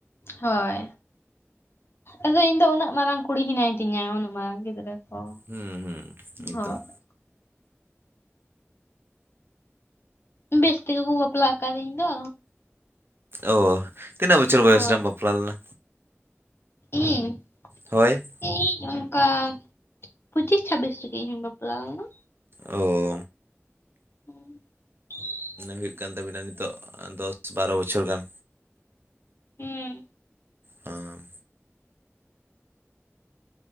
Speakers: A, on the left; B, on the right.
A: ᱦᱳᱭ ᱟᱫᱚ ᱤᱧ ᱫᱚ ᱩᱱᱟᱹᱜ ᱢᱟᱨᱟᱝ ᱠᱩᱲᱤ ᱦᱮᱱᱟᱭ ᱛᱤᱧᱟᱹ ᱩᱱᱟᱹᱜ ᱢᱟᱨᱟᱝ ᱜᱤᱫᱽᱨᱟᱹ ᱠᱚ
B: ᱦᱩᱸ ᱦᱩᱸ <inaudible> ᱮᱫᱚᱢ
A: ᱦᱳᱭ ᱵᱮᱥ ᱛᱮᱜᱮ ᱠᱚ ᱵᱟᱯᱞᱟ ᱟᱠᱟᱫᱤᱧ ᱫᱚ
B: ᱚ ᱛᱤᱱᱟᱜ ᱵᱚᱪᱷᱚᱨ ᱵᱚᱭᱮᱥᱨᱮᱢ
A: ᱦᱳᱭ
B: ᱵᱟᱯᱞᱟ ᱞᱮᱱᱟ
A: ᱤᱧ
B: ᱦᱳᱭ
A: ᱤᱧ. ᱚᱱᱠᱟ ᱯᱩᱪᱤᱥ ᱪᱷᱟᱯᱵᱤᱥ ᱨᱮᱜᱤ ᱤᱧ ᱵᱟᱯᱞᱟ ᱞᱮᱱᱟ᱾
B: ᱳ
A: ᱦᱮᱸ <inaudible>
B: ᱦᱩᱭᱩᱜ ᱠᱟᱱ ᱛᱟᱵᱤᱱᱟ ᱱᱤᱛᱚᱜ ᱫᱚᱥ ᱵᱟᱨᱚ ᱵᱚᱪᱷᱚᱨ ᱜᱟᱱ᱾
A: ᱦᱮᱸ
B: ᱦᱟᱢ